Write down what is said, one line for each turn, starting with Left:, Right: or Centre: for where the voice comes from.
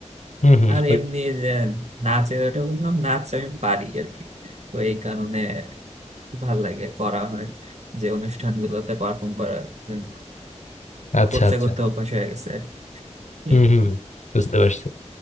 Left: হুম হুম
Right: আর
Left: ওই-
Right: এমনি যে নাচের ওটা বললাম নাচ আমি পারি আর কি তো এই কারণে ভাল লাগে করা হয় যে অনুষ্ঠানগুলোতে পারফর্ম করার জন্য
Left: আচ্ছা
Right: করতে
Left: আচ্ছা
Right: করতে অভ্যাস হয়ে গেছে আর কি
Left: হুম
Right: এইটুকুই
Left: হুম বুঝতে পারছি